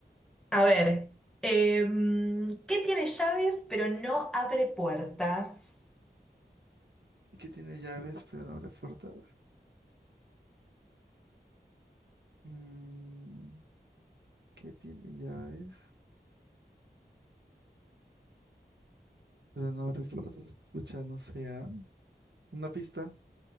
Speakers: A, in the centre; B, on the right.
A: A ver, em, ¿qué tiene llaves pero no abre puertas?
B: ¿Qué tiene llaves, pero no abre puertas? Mm, ¿qué tiene llaves? Pero no abre puertas. Pucha, no sé. ¿ah? Una pista